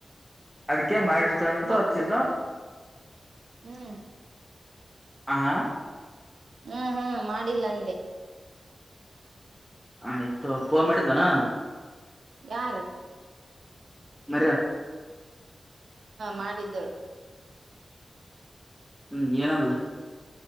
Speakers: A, in the centre; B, on the right.
A: ಅದಕ್ಕೆ ಮಾಡಿರ್ತಗಂತ
B: ಮತ್
A: ಹೊತ್ತಿಲ್ಲ
B: ಹ್ಮ್
A: ಆಹ <unintelligible>
B: ಹ್ಮ್ ಹ್ಮ್ ಮಾಡಿಲ್ಲ ಅಂದೆ
A: ಆಯ್ತು ಫೋನ್ ಮಾಡಿದ್ಲನಾ
B: ಯಾರು
A: ಮರ
B: ಮಾಡಿದ್ಲು
A: ಹ್ಮ್ ಏನಂದ್ಲು